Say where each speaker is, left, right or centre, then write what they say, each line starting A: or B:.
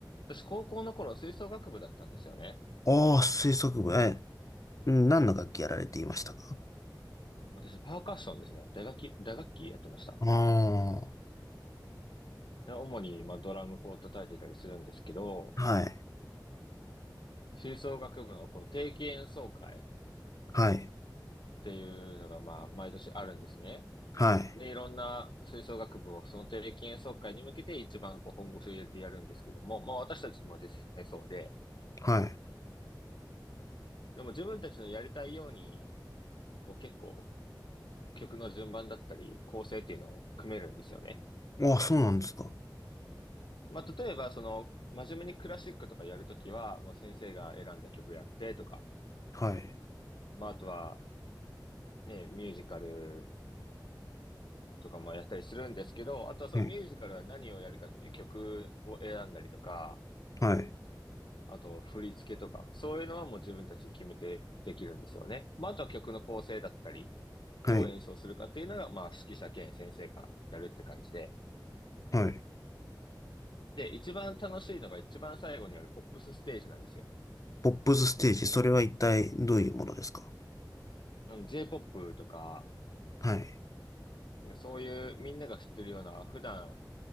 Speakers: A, on the left (about 75°); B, on the left (about 45°).
A: 私高校の頃吹奏楽部だったんですよね。
B: ああ、吹奏部、え、うん何の楽器やられていましたか
A: 私パーカッションですね。打楽器、打楽器やってました。
B: ああ
A: で主に、まあ、ドラムこう叩いてたりするんですけど、
B: ー、はい、
A: 吹奏楽部のこう定期演奏会っ
B: はい、
A: ていうのが、まあ、毎年あるんですね。
B: はい、
A: で、いろんな吹奏楽部をその定期演奏会に向けて一番こう本腰を入れてやるんですけども、まあ私たちも実際そうで、
B: は
A: でも自分たちのやりたいように、こう結構曲の順番だったり構成っていうのを組めるんですよね。
B: い。ああ、そうなんですか。
A: まあ例えばその真面目にクラシックとかやるときは、もう先生が選んだ曲やってとか、
B: はい。
A: まああとはね、ミュージカルとかもやったりするんですけど、あとはそのミュージカルは何をやるかっていう曲を選んだりとか、
B: うん。はい。
A: あと振り付けとか、そういうのはもう自分たちで決めてできるんですよね。まあ、あとは曲の構成だったり、
B: はい。
A: どう演奏するかっていうのが、まあ、指揮者兼先生がやるって感じで。
B: はい。
A: で、一番楽しいのが一番最後にあるポップスステージなんですよ。
B: ポップスステージ、それは一体どういうものですか
A: あの j ポップとか、
B: はい。
A: そういうみんなが知ってるような、普段